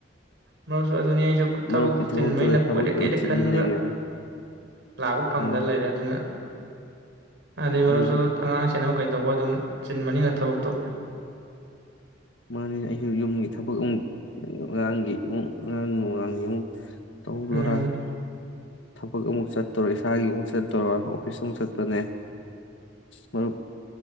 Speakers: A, on the right; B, on the left.
A: ꯃꯔꯨꯞꯁꯨ ꯑꯗꯨꯅꯤ ꯑꯩꯖꯨ ꯊꯕꯛ
B: ꯃꯔꯨꯞꯀꯤ ꯊꯕꯛꯇꯨꯗ
A: ꯆꯤꯟꯕꯩꯅ
B: ꯊꯕꯛ
A: ꯀꯣꯏꯔꯛꯀꯦꯗꯤ
B: ꯑꯃ ꯆꯤꯜ
A: ꯈꯟꯕ
B: ꯂꯩꯈꯔꯦ
A: ꯂꯥꯛꯄ ꯐꯪꯗꯅ
B: ꯎꯝ
A: ꯂꯩꯔꯦ ꯑꯗꯨꯅ ꯃꯅꯤ ꯃꯔꯨꯞꯁꯨ
B: ꯑꯩ
A: ꯑꯉꯥꯡꯁꯦꯅ ꯀꯩꯗꯧꯕ ꯑꯗꯨꯝ ꯆꯤꯟꯕꯅꯤꯅ ꯊꯕꯛꯇꯣ
B: ꯃꯥꯅꯤꯅꯦ ꯑꯩꯁꯨ ꯌꯨꯝꯒꯤ ꯊꯕꯛ ꯑꯃꯨꯛ <unintelligible> ꯑꯉꯥꯡꯒꯤ <unintelligible> ꯇꯧꯗꯣꯔꯥ
A: ꯎꯝ
B: ꯊꯕꯛ ꯑꯃꯨꯛ ꯆꯠꯇꯣꯔ ꯏꯁꯥꯒꯤ ꯑꯃꯨꯛ ꯆꯠ ꯇꯧꯔ ꯑꯣꯐꯤꯁ ꯑꯃꯨꯛ ꯆꯠꯄꯅꯦ ꯃꯔꯨꯞ